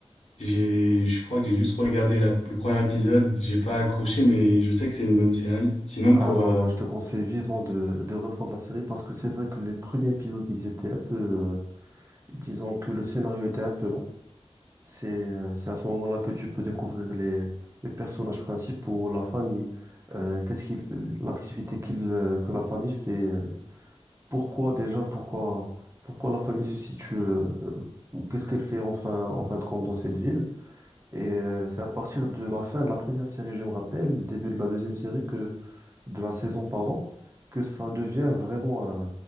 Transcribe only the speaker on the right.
Ah
non,
moi je te conseille vivement de, de reprendre la série parce que c'est vrai que les premiers épisodes, ils étaient un peu... euh, Disons que le scénario était un peu long. C'est euh, c'est à ce moment-là que tu peux découvrir les, les personnages principaux, la famille, euh, qu'est-ce qu'il, l'activité qu'il, euh, que la famille fait, euh, pourquoi déjà, pourquoi, pourquoi la famille se situe, euh, euh, qu'est-ce qu'elle fait enfin, en fin de compte dans cette ville. Et euh, c'est à partir de la fin de la première série, je me rappelle, début de la deuxième série, de la saison, pardon, que ça devient vraiment un,